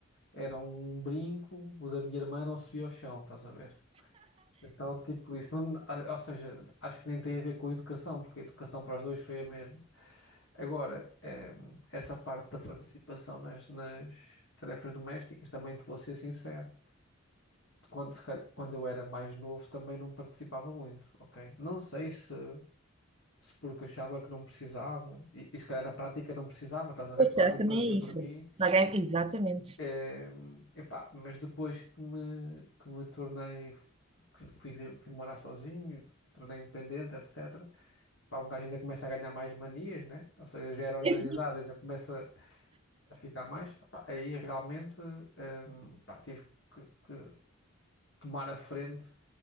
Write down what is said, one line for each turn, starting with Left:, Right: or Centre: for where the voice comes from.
Left: era um brinco, o da minha irmã não se via ao chão, estás a ver? Então, tipo, isso não, a- ou seja, acho que nem tem a ver com educação, porque a educação para os dois foi a mesma. Agora, eh, essa parte da participação nas, nas tarefas domésticas, também te vou ser sincero quando, se calhar- quando eu era mais novo também não participava muito, ok? Não sei se, se porque achava que não precisava, e, e se calhar na prática não precisava, estás a ver?
Right: Pois
Left: Porque
Right: é,
Left: alguém
Right: também
Left: fazia
Right: é
Left: por
Right: isso.
Left: mim,
Right: Se alguém- Exatamente.
Left: eh, epá, mas depois que me, que me tornei, que fui, vi- fui morar sozinho, tornei independente, etc. Pá, um gajo ainda começa a ganhar mais manias, né? Ou seja, já era organizado,
Right: É assim,
Left: ainda começa a ficar mais, Epá, aí realmente, eh, pá, tive que que tomar a frente